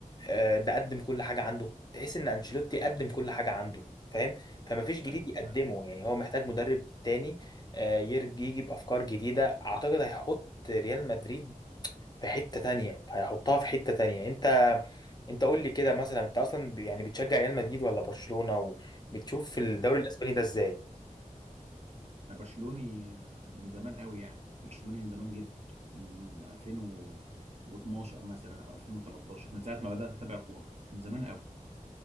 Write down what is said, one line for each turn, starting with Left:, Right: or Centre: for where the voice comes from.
Left: آه، ده قدم كل حاجه عنده تحس ان انشيلوتي قدم كل حاجه عنده فاهم فمفيش جديد
Right: ايوه
Left: يقدمه
Right: فعلا
Left: يعني هو محتاج مدرب تاني آه، يرج- يجي بافكار جديده اعتقد هيحط ريال مدريد في حتة تانية هيحطها في حتة تانية انت انت قول لي كده مثلا انت اصلا ب- يعني بتشجع ريال مدريد ولا برشلونة وبتشوف في الدوري الاسباني ده ازاي
Right: انا برشلوني آه، من زمان قوي يعني برشلوني من زمان جدا من 2012 مثلا او 2013 من ساعه ما بدات اتابع كوره من زمان قوي